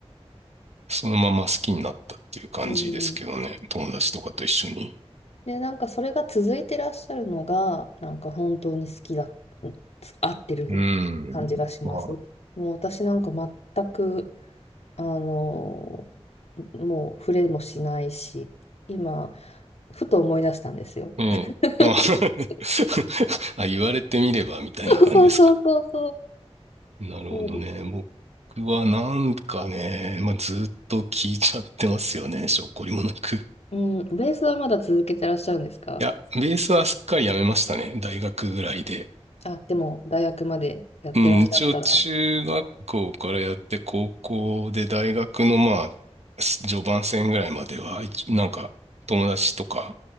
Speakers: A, on the right; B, on the left.
A: そのまま好きになったっていう感じですけどね。
B: うん。
A: 友達とかと一緒に。
B: で、なんかそれが続いてらっしゃるのが、なんか本当に好きだ、うん合ってる感じがします。
A: うん。まあ、
B: もう私なんか全く、あの、もう触れもしないし、今、ふと思い出したんですよ。
A: うん。
B: <laughs>
A: あ <laughs> あ、言われてみればみたいな感じですか。
B: そうそうそうそうそう。
A: なるほどね。
B: そうです。<laughs>
A: 僕はなんかね、まあ、ずっと聞いちゃってますよね。しょっこりもなく。い
B: うん、ベースはまだ続けてらっしゃるんですか
A: や、ベースはすっかりやめましたね。大学ぐらいで。
B: あ、でも大学までやってらっしゃったら。
A: うん、一応中学校からやって高校で大学のまあ、す序盤戦ぐらいまでは、一なんか友達とか